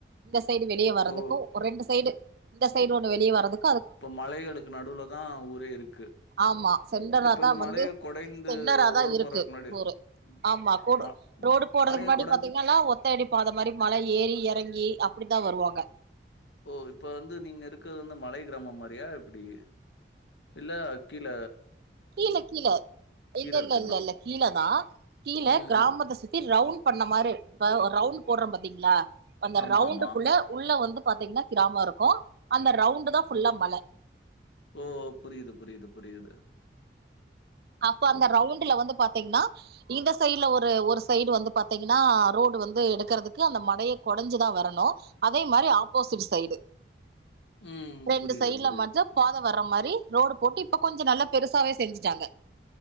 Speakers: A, on the right (about 55°); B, on the left (about 80°).
A: இந்த சைடு வெளியே
B: இப்போ
A: வரதுக்கூ ரெண்டு சைடு இந்த சைடு ஒண்ணு வெளிய வரதுக்
B: இப்போ மலைகளுக்கு நடுவுல தான் ஊரே இருக்கு
A: ஆமா சென்டரா
B: இப்ப
A: தா
B: இந்த
A: வந்து
B: மலைய கொடைந்து
A: சென்டரா தா
B: ரோடு
A: இருக்கு
B: போடுறதுக்கு முன்னாடி
A: ஊரு
B: ம்,
A: ஆமா கோடு
B: ம ம்
A: ரோடு போறதுக்கு
B: மலைய
A: முன்னாடி
B: கொடைஞ்சு
A: பாத்தீங்கல்லா ஒத்தயடி பாத மாரி மல ஏறி எறங்கி அப்பிடிதா வருவாங்க
B: ஓ இப்ப வந்து நீங்க இருக்கது வந்து மலை கிராமம் மாரியா எப்டி இல்ல கீல
A: கீழ கீழ இல்ல இல்ல
B: இருக்குனா?
A: இல்ல இல்ல கீழதா கீழ
B: ம்.
A: கிராமத்த சுத் த்தி ரவுண்ட் பண்ண மாரி ப்ப ஒரு ரவுண்ட் போட்ற பாத்தீங்ளா அந்த
B: ஆமா,
A: ரவுண்டுக்குள்ள
B: ஆமா.
A: உள்ள வந்து பாத்தீங்ன்னா கிராமொ இருக்கூ அந்த ரவுண்டு தா ஃபுல்லா மல
B: ஓ புரியிது புரியிது புரியிது
A: அப்ப அந்த ரவுண்டுல வந்து பாத்தீங்ன்னா இந்த சைட்ல ஒரு ஒரு சைடு வந்து பார்த்தீங்கன்னா ரோடு வந்து எடுக்கறதுக்கு அந்த மலய கொடஞ்சுதா வரணு அதே மாரி ஆப்போசிட் சைடு
B: ம்.
A: ரெண்டு
B: புரியுது,
A: சைட்ல
B: புரியுது.
A: மட்டு பாத வர்ற மாரி ரோடு போட்டு இப்ப கொஞ்ச நல்லா பெருசாவே செஞ்சுட்டாங்க